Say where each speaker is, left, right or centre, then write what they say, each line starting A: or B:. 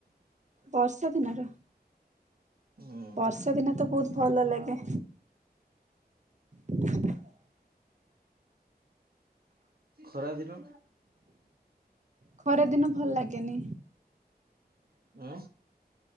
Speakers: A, on the right; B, on the right.
A: ବର୍ଷା ଦିନ ର
B: ହୁଁ
A: ବର୍ଷା ଦିନତ ବୋହୁତ ଭଲ ଲାଗେ। <inaudible>
B: ଖରା ଦିନ।
A: ଖରା ଦିନ ଭଲ ଲାଗେନି
B: ଉଁ।